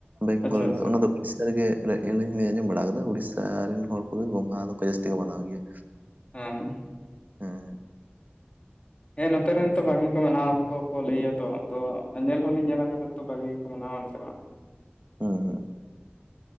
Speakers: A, on the right; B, on the left.
A: ᱵᱮᱝᱜᱚᱞ
B: ᱟᱪᱪᱷᱟ
A: ᱨᱮᱫᱚ
B: ᱟᱪᱪᱷᱟ
A: ᱚᱱᱟ ᱫᱚ, ᱩᱲᱤᱥᱥᱟ ᱨᱮᱜᱮ ᱟᱞᱤᱧ ᱦᱚᱸᱞᱤᱧ ᱟᱸᱡᱚᱢ ᱵᱟᱲᱟ ᱠᱟᱫᱟ ᱩᱲᱤᱥᱥᱟ ᱨᱮᱱ ᱦᱚᱲ ᱠᱚᱜᱮ ᱜᱚᱢᱦᱟ ᱫᱚᱠᱚ ᱡᱟᱹᱥᱛᱤ ᱠᱚ ᱢᱟᱱᱟᱣ ᱜᱮᱭᱟ᱾
B: ᱦᱮᱸ,
A: ᱦᱮᱸ
B: ᱦᱮᱸ ᱱᱚᱛᱮ ᱨᱮᱱ ᱛᱚ ᱵᱷᱟᱹᱜᱤ ᱠᱚ ᱢᱟᱱᱟᱣᱟ ᱠᱚ ᱠᱚ ᱞᱟᱹᱭᱟᱛᱚ ᱠᱚ ᱧᱮᱞ ᱦᱚᱸᱞᱤᱧ ᱧᱮᱞ ᱠᱟᱫᱟ᱾ ᱛᱚ ᱵᱷᱟᱹᱜᱤ ᱜᱮᱠᱚ ᱢᱟᱱᱟᱣᱟ ᱚᱱᱛᱮ ᱢᱟ᱾
A: ᱦᱩᱸ ᱦᱩᱸ,